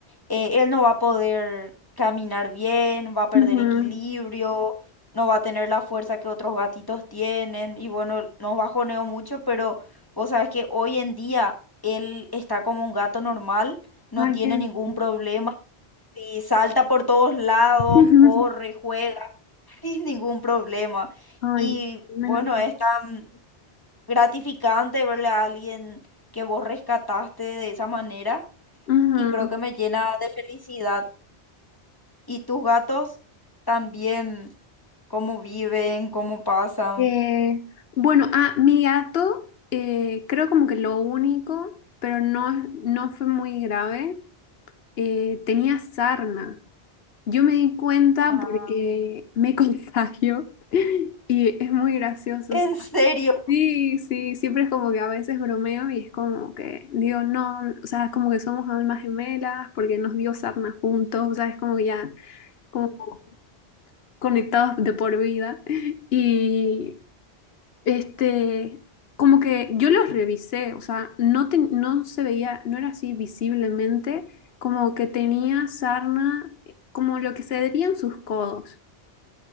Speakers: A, on the left (about 20°); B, on the left (about 70°).
A: eh, él no va a poder caminar bien, va a perder
B: ujú.
A: equilibrio, no va a tener la fuerza que otros gatitos tienen y bueno, nos bajoneo mucho, pero vos sabes que hoy en día él está como un gato normal, no
B: Ay,
A: tiene
B: qué bien.
A: ningún problema. Y salta por todos lados,
B: <laughs>
A: corre, juega, <laughs> sin ningún problema.
B: Ay,
A: Y
B: menos.
A: bueno, es tan gratificante verle a alguien que vos rescataste de esa manera
B: mal.
A: y creo
B: Ujú.
A: que me llena de felicidad. ¿Y tus gatos también? ¿Cómo viven? ¿Cómo pasan?
B: Eh, bueno, ah, mi gato, eh, creo como que lo único, pero no, es- no fue muy grave, eh, tenía sarna. Yo me di cuenta
A: Ah,
B: porque me <laughs> contagio y es muy gracioso.
A: ¿En
B: o sea,
A: serio?
B: sí, sí, siempre es como que a veces bromeo y es como que digo, no, o sea, es como que somos almas gemelas porque nos dio sarna juntos, o sea, es como que ya como conectados de por vida. <laughs> Y este, como que yo los revisé, o sea, no, te- no se veía, no era así visiblemente, como que tenía sarna, eh, como lo que se veía en sus codos,